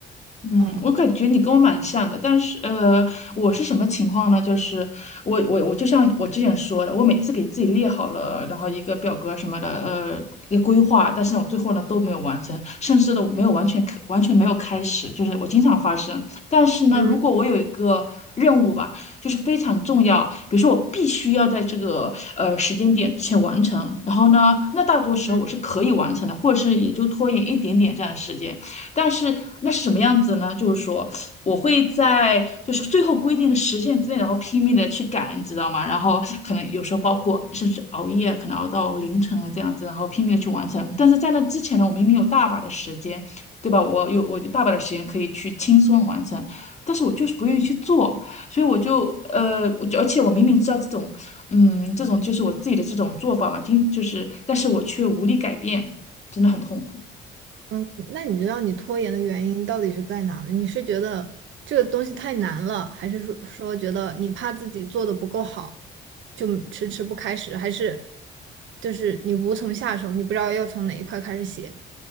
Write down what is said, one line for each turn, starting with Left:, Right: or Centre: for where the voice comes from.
Left: 嗯，
Right: 哦，
Left: 我感觉你跟我蛮像的，但是呃，我是什么情况呢？就是我我我就像我之前说的，我每次给自己列好了，然后一个表格什么的，呃，一个规划，但是我最后呢都没有完成，甚至都没有完全开完全没有开始，就是我经常发生。但是呢，
Right: 嗯
Left: 如果我有一个任务吧，就是非常重要，比如说我必须要在这个呃时间点之前完成，然后呢，那大多时候我是可以完成的，
Right: 嗯嗯。
Left: 或者是也就拖延一点点这样的时间。但是那是什么样子呢？就是说，我会在就是最后规定的时限之内，然后拼命的去赶，你知道吗？然后可能有时候包括甚至熬夜，可能熬到凌晨啊这样子，然后拼命的去完成。但是在那之前呢，我明明有大把的时间，对吧？我有我就大把的时间可以去轻松完成，但是我就是不愿意去做，所以我就呃，我就而且我明明知道这种，嗯，这种就是我自己的这种做法嘛，经就是，但是我却无力改变，真的很痛苦。
Right: 嗯，那你知道你拖延的原因到底是在哪？你是觉得这个东西太难了，还是说说觉得你怕自己做的不够好，就迟迟不开始，还是就是你无从下手，你不知道要从哪一块开始写？